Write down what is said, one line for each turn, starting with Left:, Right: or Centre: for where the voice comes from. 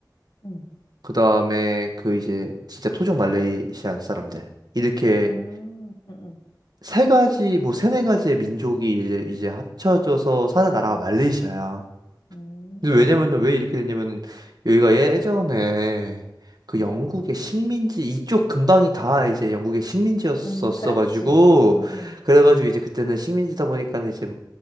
Left: 응.
Right: 그 다음에 그 이제 진짜 토종 말레이시안 사람들. 이렇게
Left: 음, 응, 응.
Right: 세 가지, 뭐 세네 가지의 민족이 이제, 이제 합쳐져서 사는 나라가 말레이시아야.
Left: 음,
Right: 근데 왜냐면은 왜 이렇게 됐냐면은 여기가 예전에 그
Left: 응.
Right: 영국의 식민지 이쪽 근방이 다 이제 영국의 식민지였었어
Left: 음, 그랬지.
Right: 가지고
Left: 응, 응.
Right: 그래가지고 이제 그때는 식민지다 보니까는 이제